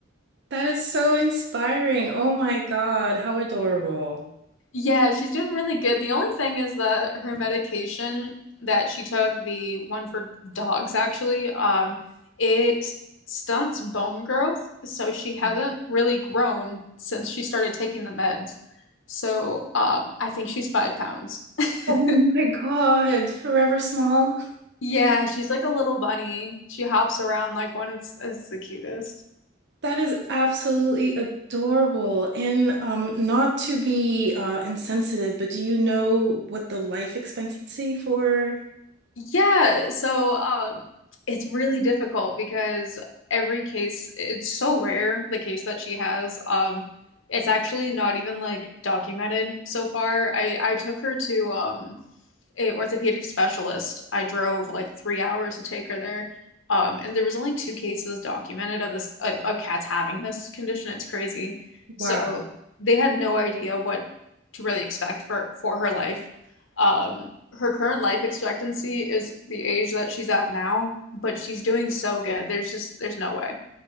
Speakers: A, on the right; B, on the left.
A: That is so inspiring. Oh my God, how adorable.
B: Yeah, she's doing really good. The only thing is that her medication that she took, the one for dogs actually, um, it stunts bone growth, so she hasn't
A: Mhm.
B: really grown since she started taking the meds. So, um, I think she's five pounds. <laughs>
A: Oh my God, Forever Small.
B: Yeah, she's like a little bunny. She hops around like one. It's it's the cutest.
A: That is absolutely adorable. And um, not to be uh, insensitive, but do you know what the life expectancy for
B: Yeah, so um, it's really difficult because every case, it's so rare, the case that she has. Um, it's actually not even like documented so far. I I took her to um a orthopedic specialist. I drove like three hours to take her there. Um, and there was only two cases documented of this of, of cats having this condition. It's crazy. So
A: Wow,
B: they had no idea what to really expect for for her life. Um, her current life expectancy is the age that she's at now, but she's doing so good. There's just there's no way.